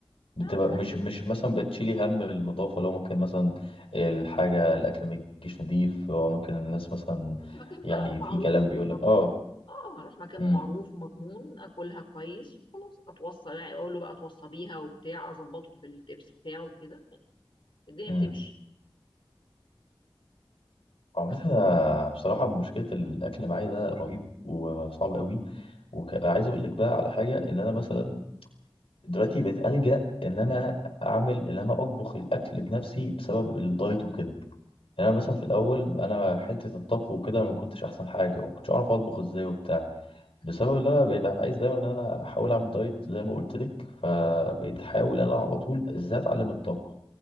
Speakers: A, on the left; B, on the left.
A: بتبقى
B: انا دلوقتي
A: مش مش مثلا بتشيلي هم النظافة لو ممكن مثلا الحاجة الأكل ما يجيش نضيف أو ممكن الناس مثلا
B: بشوف مكان
A: يعني
B: بقى معروف
A: في كلام
B: ومضمون
A: بيقول لك اه
B: اه اروح مكان
A: مم.
B: معروف ومضمون اكلها كويس وخلاص اتوصى يعني اقول له بقى اتوصى بيها وبتاع اظبطه في التبس بتاعه وكده الدنيا
A: مم.
B: بتمشي
A: عامة
B: بس
A: أنا بصراحة مشكلة الأكل معايا ده رهيب وصعب قوي وعايز أقول لك بقى على حاجة إن أنا مثلا دلوقتي بقيت ألجأ إن أنا أعمل إن أنا أطبخ الأكل بنفسي بسبب الدايت وكده يعني أنا مثلا في الأول أنا حتة الطبخ وكده أنا ما كنتش أحسن حاجة وما كنتش أعرف أطبخ إزاي وبتاع
B: مم.
A: بسبب إن أنا بقيت عايز دايما إن أنا أحاول أعمل دايت زي ما قلت لك فبقيت أحاول أنا على طول إزاي أتعلم الطبخ